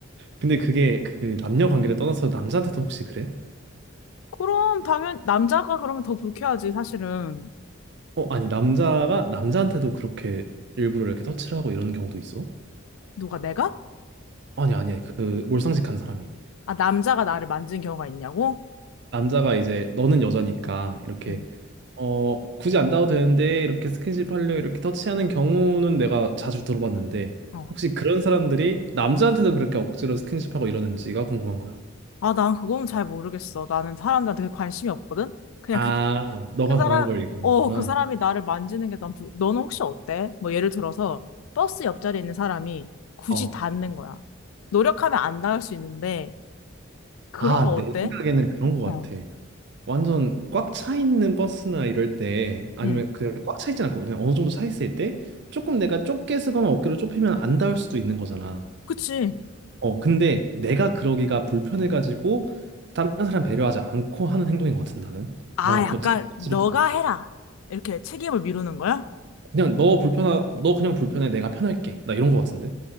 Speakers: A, on the right; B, on the left.
A: 근데 그게 그 남녀 관계를 떠나서 남자한테도 혹시 그래?
B: 그럼 당연 남자가 그러면 더 불쾌하지 사실은.
A: 어, 아니, 남자가 남자한테도 그렇게 일부러 이렇게 터치를 하고 이런 경우도 있어?
B: 누가 내가?
A: 아니, 아니, 그 몰상식한 사람이.
B: 아 남자가 나를 만진 경우가 있냐고?
A: 남자가 이제 너는 여자니까 이렇게
B: 응.
A: 어, 굳이 안 닿아도 되는데 이렇게 스킨십 하려 이렇게 터치하는 경우는 내가 자주 들어봤는데
B: 어.
A: 혹시 그런 사람들이 남자한테도 그렇게 억지로 스킨십하고 이러는지가 궁금한 거야.
B: 아, 난 그건 잘 모르겠어. 나는 사람들한테 그게 관심이 없거든? 그냥
A: 아,
B: 그,
A: 너가
B: 그 사람,
A: 당한 걸 얘기하는구나.
B: 어, 그 사람이 나를 만지는 게 난, 불... 너는 혹시 어때? 뭐 예를 들어서 버스 옆자리에 있는 사람이 굳이
A: 어.
B: 닿는 거야. 노력하면 안 닿을 수 있는데, 그런
A: 아,
B: 거 어때?
A: 내 생각에는 그런 거
B: 어,
A: 같아. 완전 꽉 차 있는 버스나 이럴 때 아니면
B: 응.
A: 그 꽉 차 있진 않고 그냥 어느 정도 차 있을 때 조금 내가 좁게 쓰거나 어깨를 좁히면 안 닿을 수도 있는 거잖아.
B: 그치.
A: 어, 근데 내가 그러기가 불편해가지고 다른 사람 배려하지 않고 하는 행동인 것 같은데 나는.
B: 아,
A: 난
B: 약간,
A: 그거 진짜
B: 너가
A: 싫을 것 같아.
B: 해라. 이렇게 책임을 미루는 거야?
A: 그냥 너 불편하, 너 그냥 불편해. 내가 편할게. 나 이런 것 같은데.